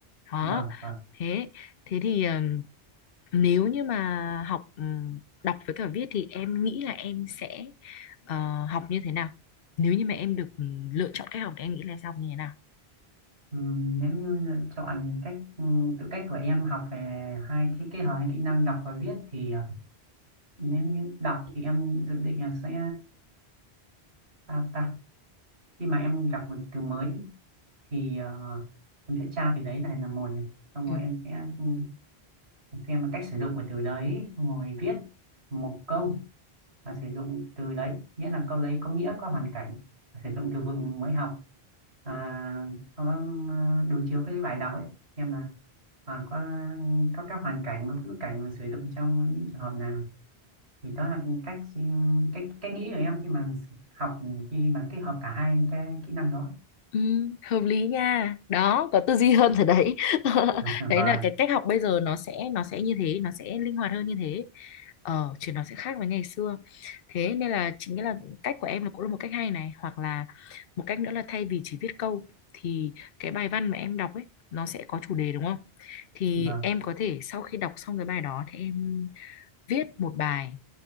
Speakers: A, on the left; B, on the right.
A: Đó.
B: vâng vâng
A: Thế thế thì ờ, nếu như mà học ừm, đọc với cả viết thì em nghĩ là em sẽ ờ, học như thế nào nếu như mà em được ừm, lựa chọn cách học thì em nghĩ là sẽ học như thế nào
B: Ừ, nếu như lựa chọn cách ừ, tự cách của em học về hai cái kết hợp hai kỹ năng đọc và viết thì ờ, nếu như đọc thì em dự định là sẽ à, ta khi mà em gặp một từ mới thì, thì ờ, em sẽ tra từ đấy này là một này xong
A: Ừ.
B: rồi em sẽ ừ, xem là cách sử dụng của từ đấy xong rồi viết một câu và sử dụng từ đấy nghĩa là câu đấy có nghĩa có hoàn cảnh sử dụng từ vựng mới học à, sau đó ờ, đối chiếu cái bài đọc ấy xem là à, có có các hoàn cảnh có ngữ cảnh mà sử dụng trong những trường hợp nào thì đó là cách ừ, cách cách nghĩ của em khi mà học khi mà kết hợp cả hai cái kỹ năng đó
A: Ừ, hợp lý nha đó có tư duy hơn rồi đấy <laughs>
B: <laughs>
A: đấy
B: vâng
A: là cái cách học bây giờ nó sẽ nó sẽ như thế nó sẽ linh hoạt hơn như thế ờ chứ nó sẽ khác với ngày xưa thế nên là chính cái là cách của em là cũng là một cách hay này hoặc là một cách nữa là thay vì chỉ viết câu thì cái bài văn mà em đọc ấy nó sẽ có chủ đề đúng không thì
B: vâng
A: em có thể sau khi đọc xong cái bài đó thì em viết một bài